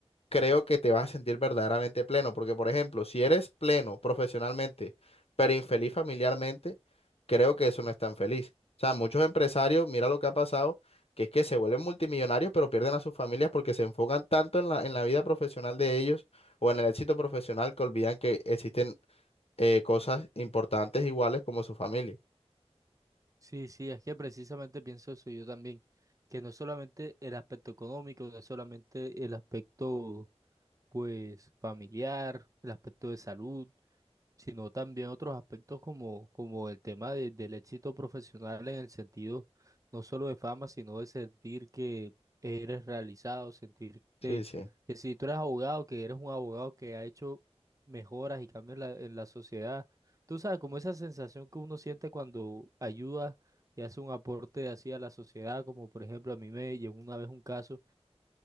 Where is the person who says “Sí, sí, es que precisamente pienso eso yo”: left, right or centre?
Right